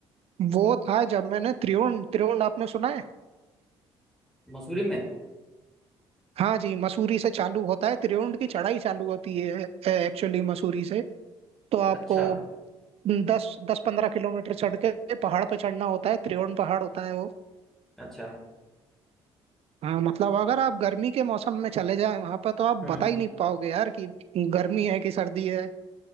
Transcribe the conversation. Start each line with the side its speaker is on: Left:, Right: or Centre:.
Right: वो था जब मैंने त्रिवेण त्रिवेण आपने सुना है
Centre: मसूरी में
Right: हाँ जी मसूरी से चालू होता है त्रिवेण की चढ़ाई चालू होती है एक्चुअली मसूरी से तो आपको
Centre: अच्छा
Right: दस दस पंद्रह किलोमीटर चढ़ के पहाड़ पे चढ़ना होता है त्रिवेण पहाड़ होता है वो
Centre: अच्छा
Right: हाँ मतलब अगर आप गर्मी के मौसम में चले जाएं वहां पर तो आप
Centre: हम्म
Right: बता ही नहीं पाओगे यार कि गर्मी है कि सर्दी है